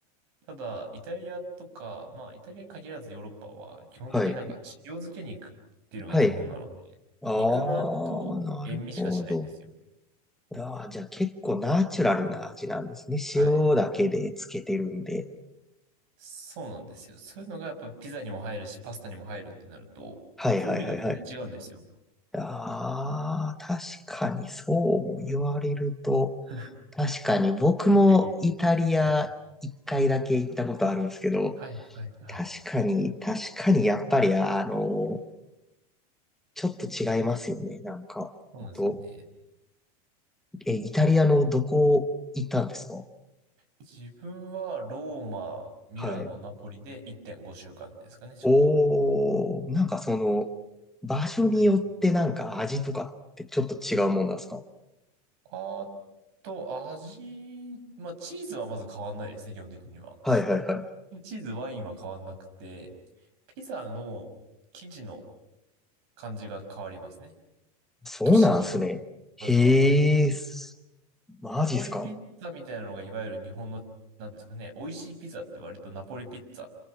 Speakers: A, on the right (about 45°); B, in the centre.
A: ただ、イタリアとか、まあ、イタリアに限らずヨーロッパは、基本的になんか、
B: はい。
A: 塩漬け肉っていうのが基本なので、
B: はい。あ
A: 肉の味と塩味しかしないんですよ。
B: あ、なるほど。あーじゃあ結構ナチュラルな味なんですね。
A: はい。
B: 塩だけでつけてるんで。
A: そうなんですよ。そういうのがやっぱピザにも入るし、パスタにも入るってなると、
B: はいはいはいはい。
A: 風味が全然違うんですよ。
B: ああ、確かにそう言われると、
A: <laughs>
B: 確かに僕もイタリア一回だけ行ったことあるんですけど、
A: 結構こう、はい。はい、はい、はい。
B: 確かに、確かにやっぱりあの、ちょっと違いますよね、なんか。
A: そうなんですよね。
B: ほんと、え、イタリアのどこ行ったんですか
A: と自分はローマ、ミラノ、
B: はい。
A: ナポリで1.5週間ですかね、ちょうど。
B: おー、なんかその、場所によってなんか味とかってちょっと違うもんなんですか
A: はい。あと、味、まあ、チーズはまず変わんないですね、基本的には。
B: はいはいはい。
A: <laughs> チーズ、ワインは変わんなくて、ピザの生地の感じが変わりますね。
B: そうなんですね。
A: 都市によって。
B: へえ、
A: まずは。
B: マジっすか
A: ナポリピッツァみたいなのがいわゆる日本の、なんですかね、美味しいピザって割とナポリピッツァ